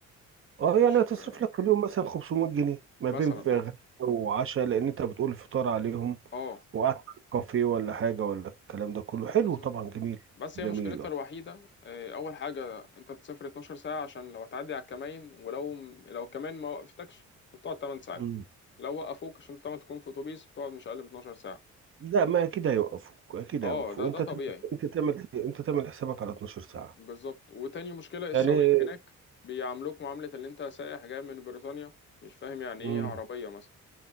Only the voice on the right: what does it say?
اه
يعني هتصرف
لك في اليوم مثلا 500 جنيه ما
بين في
غدا وعشاء لان انت بتقول فطار عليهم
وقعدت في كافيه ولا حاجه ولا الكلام ده كله حلو
طبعا جميل
جميل
اه
مم.
لا ما اكيد هيوقفوك اكيد
هيوقفوك
انت
تعمل- انت تعمل انت تعمل حسابك على 12 ساعه
يعني
امم